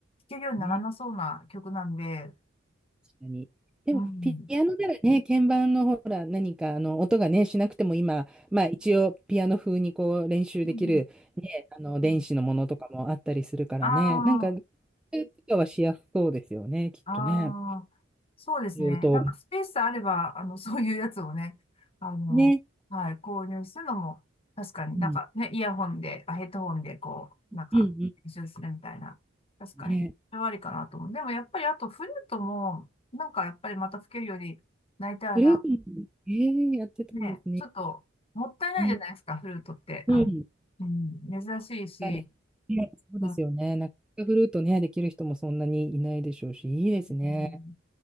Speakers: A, on the left; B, in the centre.
A: けるようにならなそうな曲なんで、
B: ね、確かに。でも、
A: うん。
B: ピアノならね、鍵盤のほら、何かあの音がね、しなくても今、まあ一応、ピアノ風にこう練習できる、
A: うんうん
B: ね、あの電子のものとかもあったりするからね、
A: うんああ、
B: なんか、とかはしやすそうですよね、きっとね。
A: ああ、そうですね。
B: 言うと、
A: なんかスペースあれば、あの、そういうやつをね、あの、
B: ね、
A: はい、購入するのも、確かになんかね、
B: うん、
A: イヤホンで、あヘッドホンで、こう、なんか、
B: うん、うん、
A: 編集するみたいな、確かに、
B: ね。
A: それはありかなと思う。でもやっぱり、あと、フルートも、なんかやっぱりまた吹けるようになりたいな。
B: グループも、えー、やってたんですね。
A: ね、ちょっと、もったいないじゃないですか、
B: うん、
A: フルートって。
B: うん、
A: あの、うん、珍しいし、
B: 確かにね、そうですよね。
A: う
B: なかなかフルートね、できる人もそんなにいないでしょうし、いいですね。
A: ん、